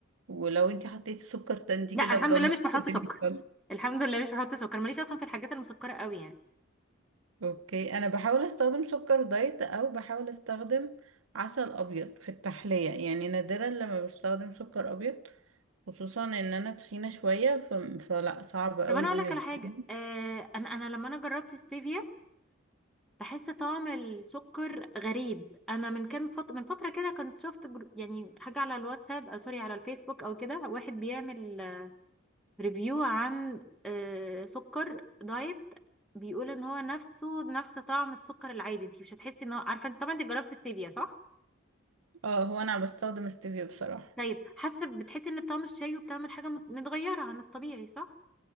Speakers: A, on the right; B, in the centre.
A: ولو انت حطيتي سكر تاني
B: لا
A: كده
B: الحمد
A: ودمرت
B: لله مش بحط
A: الدنيا
B: سكر
A: خالص
B: الحمد لله مش بحط سكر ماليش اصلا في الحاجات المسكره قوي يعني
A: اوكي انا بحاول استخدم سكر دايت او بحاول استخدم عسل ابيض في التحليه يعني نادرا لما بستخدم سكر ابيض خصوصا ان انا تخينه شويه ف... فلا صعب قوي
B: طب انا
A: بالنسبه
B: اقول لك على حاجه
A: لي
B: آه انا انا لما انا جربت ستيفيا بحس طعم السكر غريب انا من كام فتره من فتره كده كنت شفت بر- يعني حاجه على الواتساب آه سوري على الفيسبوك او كده واحد بيعمل آه، ريفيو عن آه سكر دايت بيقول ان هو نفسه نفس طعم السكر العادي انت مش هتحسي ان هو عارفه انت طبعا انت جربت ستيفيا صح
A: اه هو انا بستخدم ستيفيا بصراحه
B: طيب حاسه بتحسي ان بطعم الشاي وبتعمل حاجه مت- متغيره عن الطبيعي صح